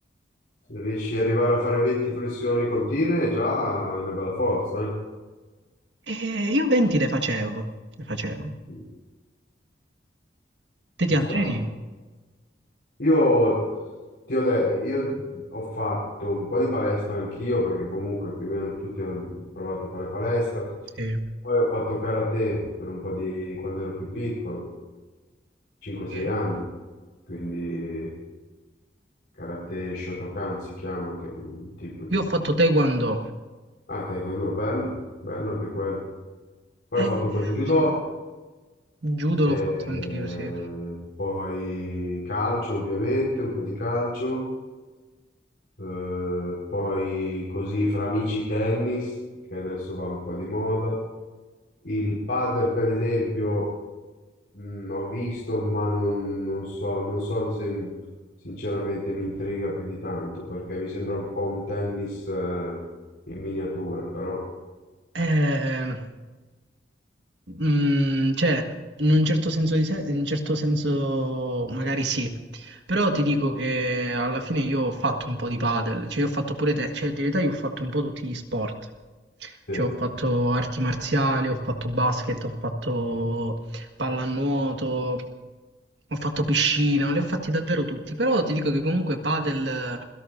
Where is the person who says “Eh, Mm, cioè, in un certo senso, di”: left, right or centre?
Right